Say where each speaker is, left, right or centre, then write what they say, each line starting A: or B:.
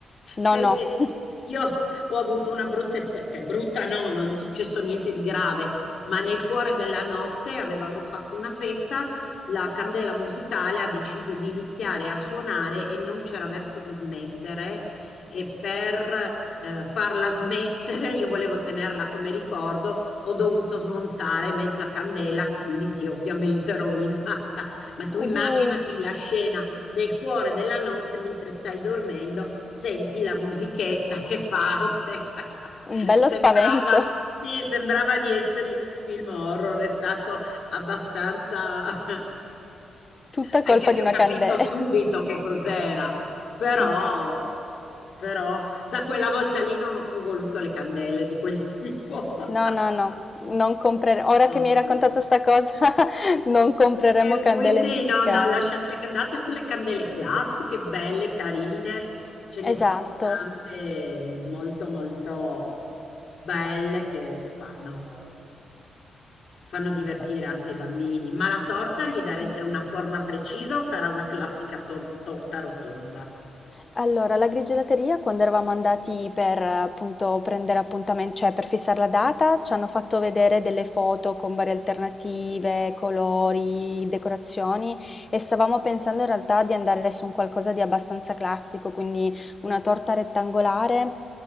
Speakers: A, on the left (about 35°); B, on the left (about 60°).
A: No,
B: perché
A: no. <laughs>
B: io ho avuto una brutta esperienza, brutta no, non è successo niente di grave, ma nel cuore della notte avevamo fatto una festa, la candela musicale ha deciso di iniziare a suonare e non c'era verso di smettere. E per eh, farla smettere, io volevo tenerla come ricordo, ho dovuto smontare mezza candela che quindi si è ovviamente <laughs> rovinata. Ma tu
A: Uh,
B: immaginati la scena nel cuore della notte, mentre stai dormendo, senti la musichetta che parte. <laughs>
A: un bello
B: Sembrava,
A: spavento.
B: sì, sembrava di essere in un film horror, è stato abbastanza... <laughs>
A: Tutta
B: anche
A: colpa
B: se
A: di una
B: ho capito
A: candela.
B: subito che cos'era, però,
A: Sì,
B: però da quella volta lì non ho più voluto le candele di quel tipo. <laughs>
A: no, no, no, non compreremo. Ora
B: Non-
A: che mi hai raccontato sta cosa, <laughs> non compreremo
B: Per
A: candele
B: cui sì,
A: musicali.
B: no, no, lasciate, ecco, andate sulle candele classiche, belle, carine, ce ne
A: Esatto.
B: sono tante molto, molto belle che, che fanno, fanno divertire
A: Eh,
B: anche i bambini. Ma la torta gli darete
A: Sì.
B: una forma precisa o sarà una classica to- torta rotonda?
A: Allora, alla grigielateria quando eravamo andati per appunto prendere appuntamen cioè per fissare la data, ci hanno fatto vedere delle foto con varie alternative, colori, decorazioni e stavamo pensando in realtà di andare su un qualcosa di abbastanza classico, quindi una torta rettangolare